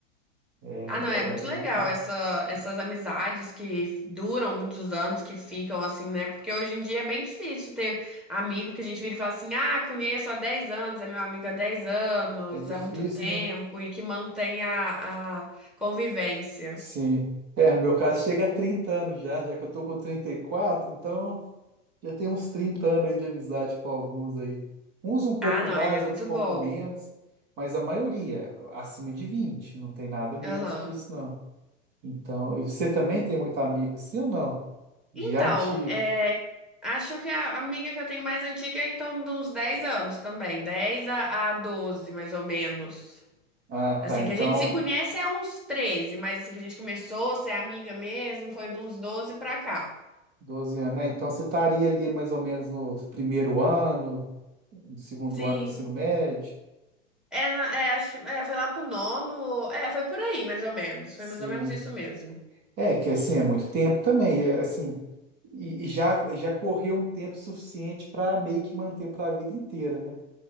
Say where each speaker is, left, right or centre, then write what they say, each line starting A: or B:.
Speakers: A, on the right; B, in the centre.
A: é, é,
B: Ah, não, é muito
A: é é bom
B: legal
A: demais.
B: essa, essas amizades que duram muitos anos, que ficam assim, né? Porque hoje em dia é bem difícil ter amigo que a gente vira e fala assim: ah, conheço há 10 anos, é meu amigo há 10 anos,
A: É difícil,
B: há muito tempo,
A: né?
B: e que mantém a, a convivência.
A: Sim. É, no meu caso chega a 30 anos já, já que eu tô com 34 então já tem uns 30 anos aí de amizade com alguns aí. Uns um pouco
B: Ah, não,
A: mais,
B: aí é muito
A: outros um pouco
B: bom.
A: menos, mas a maioria é acima de 20 não tem nada menos
B: Aham.
A: que isso não. Então, e você também tem muito amigo assim ou não? De
B: Então,
A: antigo.
B: é, acho que a amiga que eu tenho mais antiga é em torno de uns 10 anos também, 10 a, a 12, mais ou menos.
A: Ah,
B: Assim,
A: tá, então...
B: que a gente se conhece é uns 13 mas assim que a gente começou a ser amiga mesmo, foi de uns doze pra cá.
A: 12 anos, né? Então você estaria ali mais ou menos no primeiro ano, no segundo
B: Sim.
A: ano do ensino médio.
B: É, na- é, acho, é, foi lá pro nono, ou- é, foi por aí mais ou menos,
A: Sim.
B: foi mais ou menos isso mesmo.
A: É, que assim, é muito tempo também, é, assim, e, e já, já correu um tempo suficiente para meio que manter para a vida inteira, né?